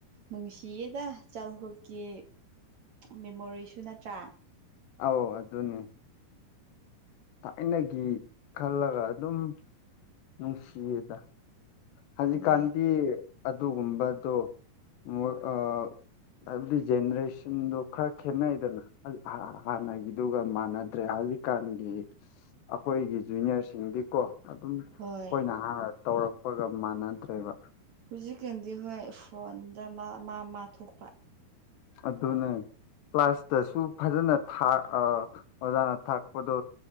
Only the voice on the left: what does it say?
ꯑꯧ ꯑꯗꯨꯅꯦ ꯊꯥꯏꯅꯒꯤ ꯈꯥꯜꯂꯒ ꯑꯗꯨꯝ ꯅꯨꯡꯁꯤꯌꯦꯗ ꯍꯧꯖꯤꯛꯀꯥꯟꯗꯤ
ꯑꯗꯨꯒꯨꯝꯕꯗꯣ ꯃꯣꯏ ꯑ ꯍꯥꯏꯕꯗꯤ ꯖꯦꯅꯦꯔꯦꯁꯟꯗꯣ ꯈꯔ ꯈꯦꯠꯅꯩꯗꯅ ꯍꯥꯟꯅꯒꯤꯗꯨꯒ ꯃꯥꯟꯅꯗ꯭ꯔꯦ ꯍꯧꯖꯤꯛꯀꯥꯟꯒꯤ ꯑꯩꯈꯣꯏꯒꯤ ꯖꯨꯅꯤꯌꯔꯁꯤꯡꯗꯤꯀꯣ ꯑꯗꯨꯝ ꯑꯩꯈꯣꯏꯅ
ꯍꯥꯟꯅ ꯇꯧꯔꯛꯄꯒ ꯃꯥꯟꯅꯗ꯭ꯔꯦꯕ
ꯑꯗꯨꯅꯦ ꯀ꯭ꯂꯥꯁꯇꯁꯨ ꯐꯖꯅ ꯊꯥ ꯑ ꯑꯣꯖꯥꯅ ꯇꯥꯛꯄꯗꯣ